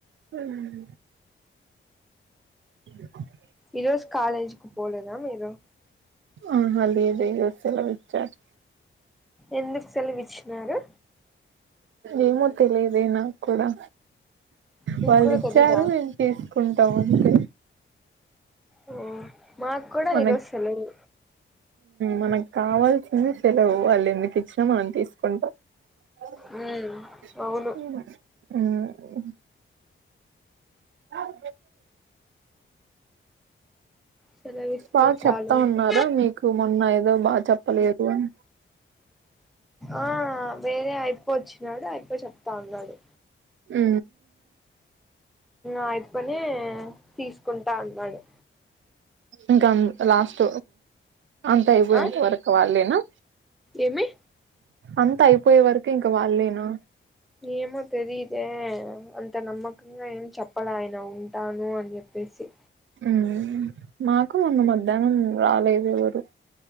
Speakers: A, on the right; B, in the centre.
A: ఉమ్ అ
B: ఈరోజు కాాలేజ్ కు పోలేదా మీరు
A: ఆహా లేదు ఏదో సెలవిచ్చారు
B: ఎందుకు సెలవిచ్చినారు
A: ఏమో తెలిదె నాకు కూడా
B: నీకు
A: వాళ్ళు
B: కూడా
A: ఇచ్చారూ
B: తెలీదా
A: తీసుకుంటాం అంతె
B: మ్ మాక్కూడా
A: మనకి
B: ఈరోజు సెలవు
A: మనకు కావాల్సింది సెలవు వాళ్ళు ఎందుకు ఇచ్చినా మనం తీసుకుంటాం మ్
B: మ్మ్ అవును
A: అవు
B: సెలవిస్తే
A: బాగా
B: చాలు
A: చెప్తా
B: ఇంకా
A: ఉన్నారా మీకు మొన్న ఏదో బాగా చెప్పలేదు అని
B: ఆ వేరే అయిపో వచ్చినాడు అయిపోయి చెప్తా అన్నాడు
A: ఉ
B: అయిదు పని తీసుకుంటా అన్నాడు
A: ఇంకా లాస్ట్ అంత ఇయిపోయెంత
B: ఆ
A: వరకు వాళ్ళేనా
B: ఏమి
A: అంతా అయిపోయే వరకు ఇంక వాళ్ళేనా
B: ఏమో తెలిదే అంత నమ్మకంగా ఏం చెప్పలే ఆయన ఉంటాను అని చెప్పేసి
A: మ్ మాకు మొన్న మధ్యాహ్నం రాలేదు ఎవరు